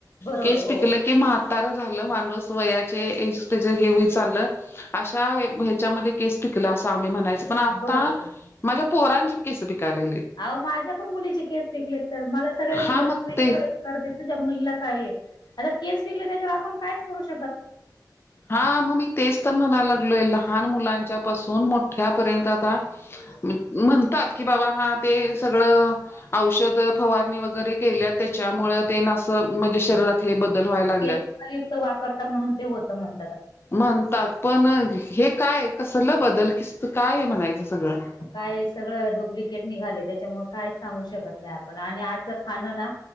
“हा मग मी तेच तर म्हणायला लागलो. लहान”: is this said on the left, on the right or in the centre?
Left